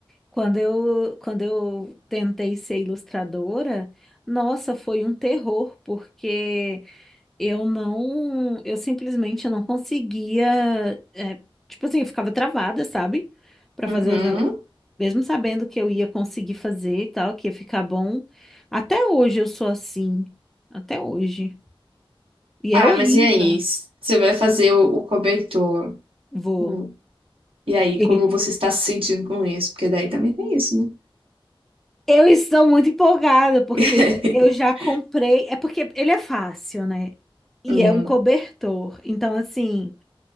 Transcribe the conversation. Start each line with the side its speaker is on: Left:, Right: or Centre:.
Centre: Quando eu, quando eu tentei ser ilustradora, nossa, foi um terror, porque eu não, eu simplesmente não conseguia, é, tipo assim, eu ficava travada, sabe? Para
Right: Uhum.
Centre: fazer os negócios. Mesmo sabendo que eu ia conseguir fazer e tal, que ia ficar bom, até hoje eu sou assim. Até hoje. E
Right: Ah,
Centre: é horrível.
Right: mas e aí? S- Você vai fazer o, o cobertor.
Centre: Vou.
Right: Hum. E aí,
Centre: <laughs>
Right: como você está se sentindo com isso? Porque daí também tem isso, né?
Centre: Eu estou muito empolgada porque
Right: <laughs>
Centre: eu já comprei. É porque ele é fácil, né? E
Right: Hum,
Centre: é um cobertor. Então, assim,